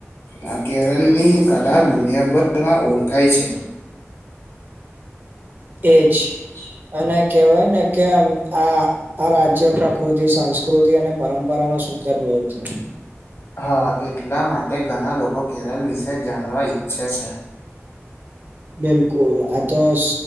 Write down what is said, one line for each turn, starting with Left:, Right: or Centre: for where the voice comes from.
Left: આ કેરળની કલા દુનિયાભરમાં ઓળખાય છે.
Right: એ જ.
Left: એજ.
Right: અને કવાયને કે આમ આ રાજ્ય પ્રકૃતિ સંસ્ સંકૃતિ અને પરંપરાઓને સુંદર મેલ છે.
Left: હા એટલા માટે ઘણા લોકો કેરળ વિશે જાણવા ઈચ્છે છે.
Right: બિલકુલ આ તો સ